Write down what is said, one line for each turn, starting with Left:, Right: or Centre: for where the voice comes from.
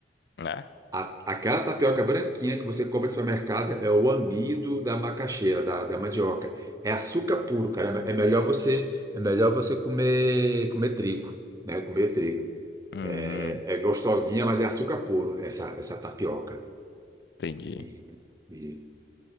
Left: Né?
Right: A- aquela tapioca branquinha que você compra no supermercado é o amido da macaxeira, da, da mandioca, é açúcar puro, cara, é é melhor você, é melhor você comer, comer trigo, né, comer trigo.
Left: Hum,
Right: É,
Left: hum,
Right: é gostosinha, mas é açúcar puro essa, essa tapioca.
Left: entendi.
Right: E, e-